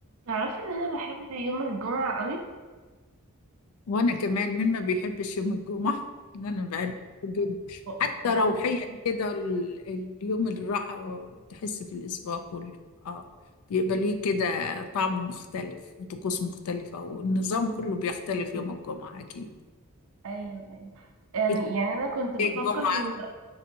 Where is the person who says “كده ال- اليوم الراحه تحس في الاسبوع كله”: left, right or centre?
Left